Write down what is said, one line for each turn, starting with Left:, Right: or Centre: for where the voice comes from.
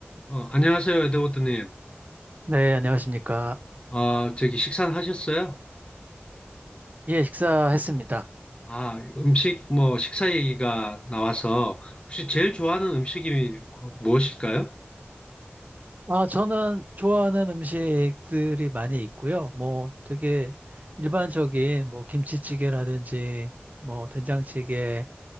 Left: 어, 안녕하세요, 에드워드님.
Right: 네, 안녕하십니까.
Left: 어, 저기 식사는 하셨어요?
Right: 예, 식사했습니다.
Left: 아, 음식, 뭐, 식사 얘기가 나와서 혹시 제일 좋아하는 음식이 뭐- 무엇일까요?
Right: 아, 저는 좋아하는 음식들이 많이 있고요. 뭐 되게 일반적인 뭐 김치찌개라든지 뭐 된장찌개,